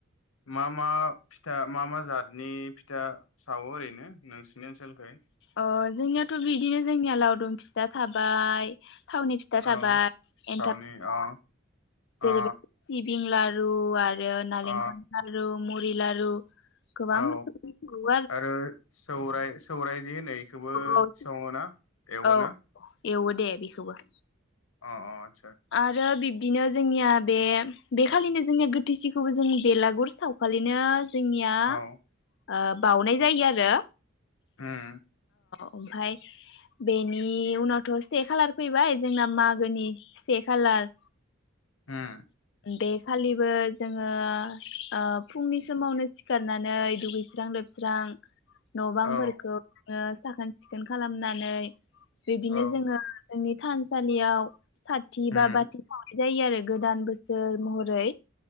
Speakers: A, on the left; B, on the left.
A: मा मा फिथा मा मा जातनि फिथा सावो ओरैनो नोंसिनि ओनसोलखै
B: अ जोंनियाथ बिदिनो जोंनिया लावदुम फिथा थाबाय थावनि फिथा
A: औ
B: थाबाय एन्थाब
A: थावनि अ अ
B: फिथा <unintelligible> पिं लारु आर रो नालेंखर
A: अ
B: नारु मरि लारु गोबां
A: औ
B: रोखोमनि सावो
A: आरो सौराय सौराय जे होनो बेखौबो
B: औ
A: सङोना एवोना
B: औ एवो दे बेखौबो
A: <unintelligible>
B: आरो बिब बिदिनो जोंनिया बे बेखालिनो जोंनिया गोथैसिखौबो जों बेलागुर सावखालिनो जोंनिया
A: औ
B: ओ बावनाय जायो आरो
A: उम
B: ओमफ्राय बेनि उनावथ' से खालार फैबाय जोंना मागोनि से खालार
A: उम
B: देखालिब बो जोङो ओ फुंनि समावनो सिखारनानै दुगैस्रां लोबस्रां न बांफोरखौ
A: औ
B: साखोन सिखोन खालामनानै बिदिनो
A: औ
B: जोङो जोंनि थानसालियाव साथ <unintelligible>
A: उम
B: जायो आरो गोदान बोसोर महरै